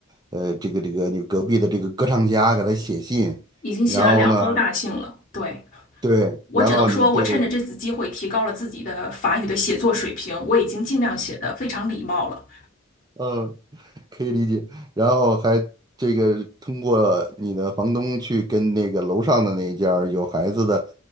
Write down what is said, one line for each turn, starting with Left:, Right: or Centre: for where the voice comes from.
Right: 呃，这个这个你隔壁的这个歌唱家给他写信，
Left: 已经写了两封大信了。
Right: 然后呢，
Left: 对，
Right: 对，
Left: 我只能说，
Right: 然后你对。
Left: 我趁着这次机会提高了自己的法语的写作水平，我已经尽量写的非常礼貌了。
Right: 嗯，可以理解。然后还这个通过你的房东去跟那个楼上的那一家儿有孩子的